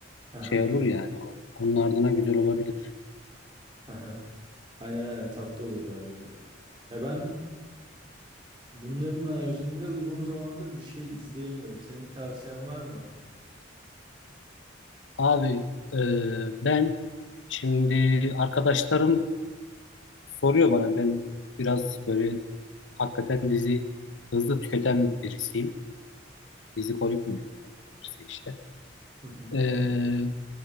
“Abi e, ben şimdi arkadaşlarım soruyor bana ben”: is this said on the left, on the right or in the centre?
Left